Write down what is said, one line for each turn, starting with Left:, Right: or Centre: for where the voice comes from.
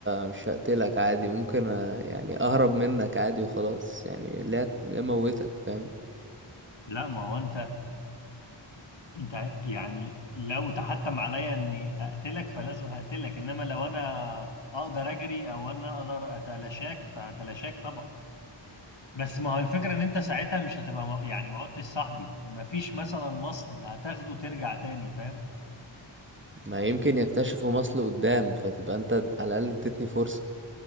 Right: مش هقتلك عادي ممكن أ- يعني اهرب منك عادي وخلاص يعني ليه ليه موتك فاهم
Left: لا ما هو انت انت ع- يعني لو تحتم عليا اني اقتلك فلازم هقتلك انما لو انا اقدر اجري او انا اقدر اتلاشاك فهتلاشاك طبعا بس ما هو الفكرة ان انت ساعتها مش هتبقى م- يعني ما عدتش صاحبي ما فيش مثلا مصل هتاخده ترجع تاني فاهم
Right: ما يمكن يكتشفوا مصل قدام فتبقى انت على الاقل اديتني فرصة